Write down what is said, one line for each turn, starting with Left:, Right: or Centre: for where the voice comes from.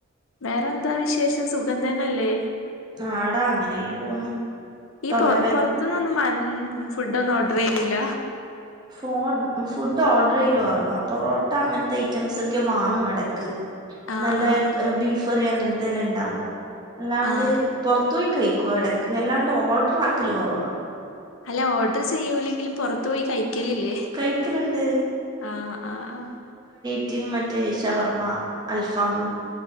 Left: വേറെന്താ വിശേഷം സുഗന്ധനല്ലേ
Right: നാടാ അങ്ങനെ പോന്ന്
Left: ഈ
Right: തൊണ്ടവേ
Left: പൊ പൊറത്തുന്നൊന്നും മ ഫുഡ് ഒന്നും ഓട്രു ചെയ്യില്ല
Right: ഫോ ഫുഡ് ഓട്രു ചെയൽ ഉറവാ പൊറോട്ട അങ്ങനത്തെ ഐറ്റംസ് വാങ്ങും ഇടയ്ക്ക്
Left: ആഹ്
Right: നല്ല
Left: ആഹ് ആഹ്
Right: ബീഫ് കറി അങ്ങ തെല്ലാം ണ്ടാമ്പോ അല്ലാണ്ട്
Left: ആഹ്
Right: പുറത്ത് പോയി കയി ക്കും ഇടക്ക്ല്ലാണ്ട് ഓഡ്രാക്കല് കൊറവാ
Left: അല്ല ഓഡ്ഡ്ർ ചെയ്യൂല്ലെങ്കിലും പുറത്ത് പോയി കഴിക്കലില്ലേ
Right: കഴിക്കലുണ്ട്
Left: ആ ആ ആ
Right: റ്റ് മറ്റേശവർമ്മ അൽഫാമ്